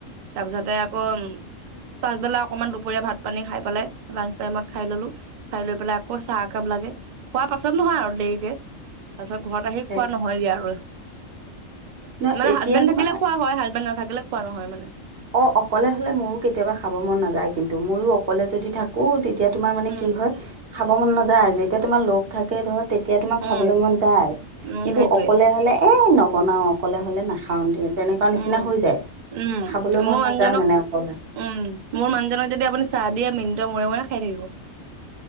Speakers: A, on the right; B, on the right.
A: তাৰপিছতে আকৌ- পাছবেলা অকমান দুপৰীয়া ভাত পানী খাই পেলাই লাচ টাইমত খাই ললো খাই লৈ পেলাই আকৌ চাহ একাপ লাগেই- খোৱা পাছত নহয় আৰু দেৰিকে তাৰ পাছত ঘৰত আহি
B: সেই
A: খোৱা নহয়গে আৰু-
B: ন
A: মানে
B: এতিয়া
A: হাজবেণ্ড
B: তোমাৰ
A: থাকিলে খোৱা হয় হাজবেণ্ড নাথাকিলে খোৱা নহয় মানে-
B: অ অকলে হলে মোৰো কেতিয়াবা খাব মন নাযায় কিন্তু মইয়ো অকলে যদি। থাকো তেতিয়া তোমাৰ মানে
A: উম
B: কি হয় খাব মন নাযায় যেতিয়া তোমাৰ লগ থাকে ধৰক- তেতিয়া তোমাৰ
A: উম
B: খাবলৈ মন যায়
A: উম
B: কিন্তু
A: সেইটোৱে
B: অকলে হ'লে এ- নবনাও অকলে হ'লে নাখাওঁ দে তেনেকুৱা নিচিনা
A: উম
B: হৈ যায়।
A: উম মোৰ
B: খাবলৈ মন
A: মানুহজনক
B: নাযায় মানে অকলে
A: উম মোৰ মানুহজনক যদি আপুনি চাহ দিয়া মিনিটৰ মূৰে মূৰে খাই থাকিব।